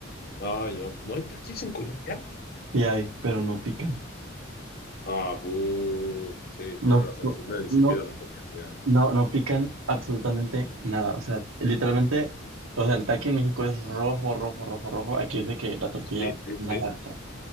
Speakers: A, on the left; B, on the right.
A: Ah, yo, ¿no hay taquis en Colombia?
B: sí hay, pero no pican,
A: Ah, bu. Sí,
B: no,
A: tienes razón,
B: no,
A: sí, me disipida
B: no.
A: la comida ya.
B: No, no pican absolutamente nada. O sea, literalmente, o sea, el taqui en México es rojo, rojo, rojo, rojo. Aquí es de que la tortilla
A: Sí, sí,
B: naranja.
A: sí.